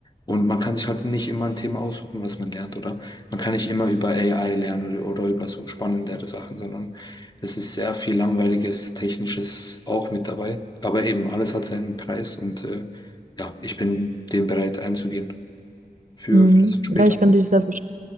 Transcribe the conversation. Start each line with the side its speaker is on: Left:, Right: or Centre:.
Left: Und man kann sich halt nicht immer ein Thema aussuchen, was man lernt, oder? Man kann nicht immer über AI lernen oder, oder über so spannendere Sachen, sondern es ist sehr viel langweiliges, technisches auch mit dabei. Aber eben, alles hat seinen Preis und äh, ja, ich bin dem bereit einzugehen für,
Right: Mhm.
Left: für das später.
Right: Ja, ich kann dich sehr verstehen.